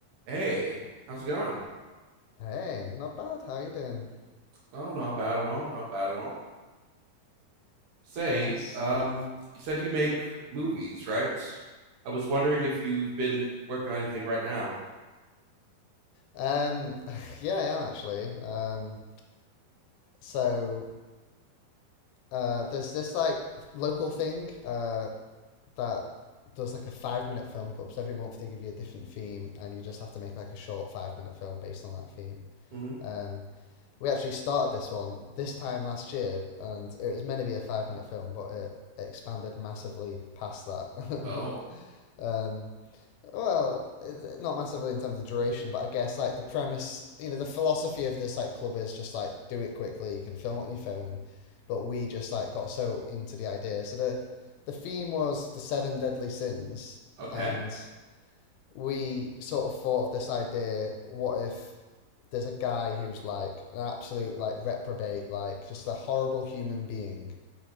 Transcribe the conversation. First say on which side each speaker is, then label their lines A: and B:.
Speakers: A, on the right; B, on the left.
A: Hey, how's it going?
B: Hey, not bad. How you doing?
A: Oh, not bad at all. Not bad at all. Say,
B: Nice.
A: um,
B: Uh,
A: you said you make movies, right? I was wondering if you've been working on anything right now.
B: Um, <laughs> yeah, I am actually. Um, so uh, there's this like local thing uh, that does like a five minute film club. So every month they give you a different theme, and you just have to make like a short five minute film based on that theme.
A: hmm
B: Um, we actually started this one this time last year, and it was meant to be a five minute film, but it, it expanded massively past that.
A: Oh,
B: <laughs> Um, Well, not massively in terms of duration, but I guess like the premise, you know, the philosophy of this like club is just like do it quickly. You can film it on your phone, but we just like got so into the idea. So the the theme was the seven deadly sins,
A: okay.
B: and we sort of thought of this idea: what if there's a guy who's like an absolute like reprobate, like just a horrible human being,